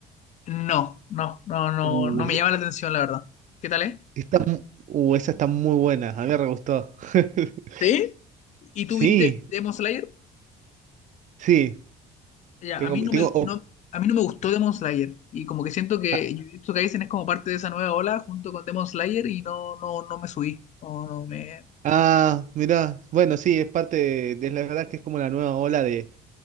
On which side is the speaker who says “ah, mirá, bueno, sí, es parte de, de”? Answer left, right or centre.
Right